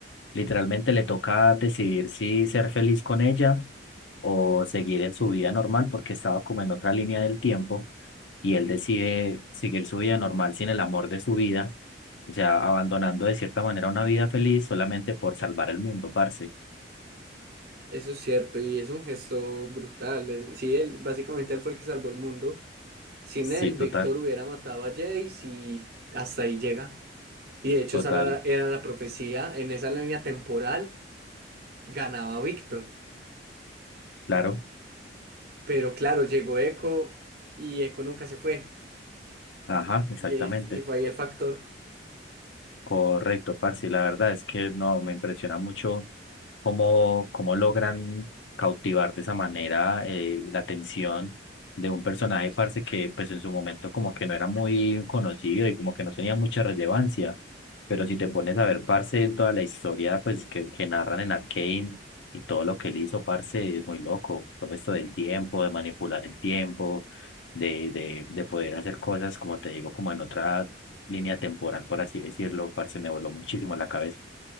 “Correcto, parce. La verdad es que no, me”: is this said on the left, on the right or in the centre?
Left